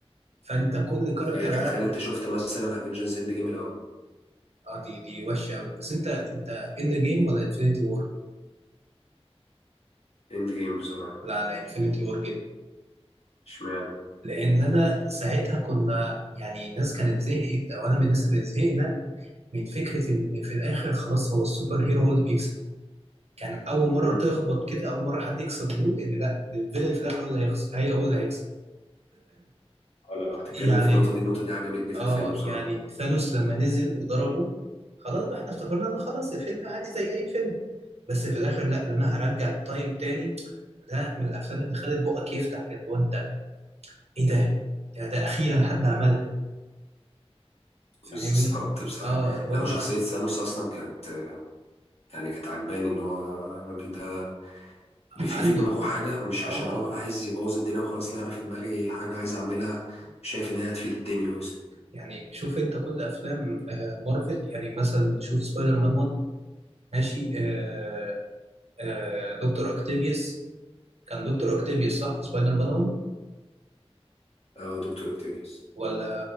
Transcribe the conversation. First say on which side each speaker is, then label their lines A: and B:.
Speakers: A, on the right; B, on the left.
A: فانت كل كاركتر
B: تخيل
A: عارف
B: تخيل انت شفت مثلا افنجرز اند جيم الاول
A: اه دي دي وحشه قوي بس انت انت اند جيم ولا انفينيتي وور
B: اند جيم بصراحه
A: لا انا انفينيتي وور
B: اشمعنى
A: لان انا ساعتها كنا يعني الناس كانت زهقت او انا من الناس اللي زهقنا من فكره ان في الاخر خلاص هو السوبر هيرو هو اللي بيكسب كان اول مره
B: امم
A: تخبط كده اول مره حد يكسب يقول ان لا ده الفيلن في الاخر هو اللي هيخسر هي هو اللي هيكسب
B: لو هتتكلم
A: يعني
B: في النقطه دي النقطه دي عجبتني في
A: اه
B: الفيلم بصراحه
A: يعني ثانوس لما نزل وضربه خلاص بقى احنا افتكرنا ان خلاص الفيلم عادي زي اي فيلم بس في الاخر لا انا هرجع التايم تاني ده من الافلام اللي خلت بقك يفتح كده هو انت ايه ده ده, ده اخيرا حد عملها فاهمني
B: <laughs> بالظبط بصراحه
A: اه اللي
B: لو
A: هو
B: شخصيه ثانوس اصلا كانت يعني كانت عجباني اللي هو الراجل ده في
A: عنده
B: في دماغه حاجة مش
A: اه
B: عشان هو عايز يبوظ الدنيا وخلاص لا أنا في دماغي حاجة عايز أعملها شايف إن هي هتفيد الدنيا أصلا
A: يعني شوف انت كل افلام آه، مارفل يعني مثلا شوف سبايدر مان 1 ماشي آه، آه، دكتور اكتيفيوس كان دكتور اكتيفيوس صح في سبايدر مان 1
B: آه دكتور أوكتافيوس
A: ولا